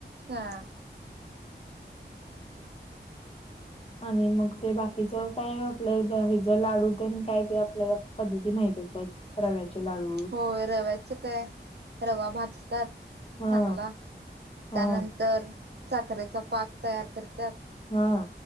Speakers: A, on the right; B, on the left.
A: हा.
B: आणि मग ते बाकीचं काय आपलं हे ज लाडू ते काय ते आपल्याला पद्धती माहीत च आहेत. रव्याचे लाडू.
A: होय. रव्याचं काय? रवा भाजतात
B: हा
A: चांगला.
B: हा
A: त्यानंतर साखरेचा पाक तयार करतात.
B: हा